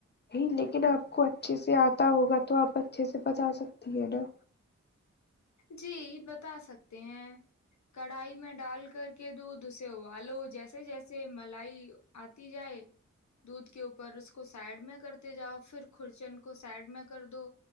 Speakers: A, on the left (about 35°); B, on the left (about 70°).
A: نہیں لیکن آپ کو اچھے سے آتا ہوگا تو آپ اچھے سے بتا سکتی ہیں نا
B: جی بتا سکتے ہیں کڑھائی میں ڈال کر کے دودھ سے والو جیس ے جیسے ملائی آتی جائے دودھ کے اوپر اس کو سائڈ میں کرتے جاؤ پھر کورچین کو سائڈ میں کر دو